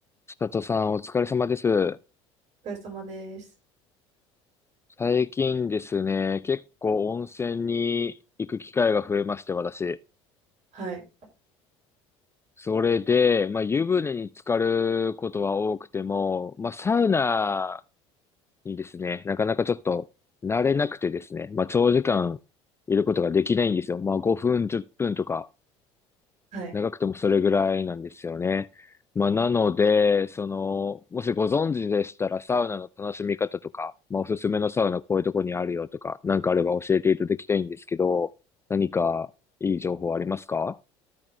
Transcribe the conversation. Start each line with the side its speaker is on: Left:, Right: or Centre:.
Left: 千里さん、お疲れ様です。
Right: お疲れ様です。
Left: 最近ですね、結構温泉に行く機会が増えまして、私。
Right: はい。
Left: それで、まあ、湯船に浸かることは多くても、まあ、サウナにですね、なかなかちょっと慣れなくてですね、まあ、長時間いることができないんですよ。まあ、5分、10分とか
Right: はい。
Left: 長くてもそれぐらいなんですよね。まあ、なので、その、もしご存知でしたら、サウナの楽しみ方とか、まあ、おすすめのサウナこういうとこにあるよとか、なんかあれば教えていただきたいんですけど、何かいい情報ありますか